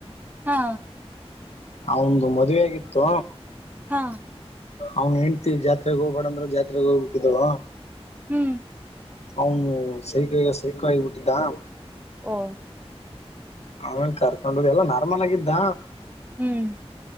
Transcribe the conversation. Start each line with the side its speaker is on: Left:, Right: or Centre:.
Right: ಹಾ
Left: ಆ ಒಂದು ಮದುವೆ ಆಗಿತ್ತು
Right: ಹಾ
Left: ಅವ್ನ್ ಹೆತಿ ಜಾತ್ರೆಗ್ ಹೋಗ್ೇಡ ಅಂದ್ರ ಜಾತ್ರೆಗೆ ಹೋಗ್ಬಿಟ್ಟಿದಳ
Right: ಹ್ಮ್
Left: ಅವೌನು ಸೈಕಾಯಗ ಸೈಕಾಯ ಬಿಟ್ಟಿದ್ದಾ
Right: ಓ
Left: ಆಮೇಲೆ ಕರ್ಕೊಂಡುದು ಎಲ್ಲ ನಾರ್ಮಲ್ ಆಗಿದ್ದ
Right: ಹ್ಮ್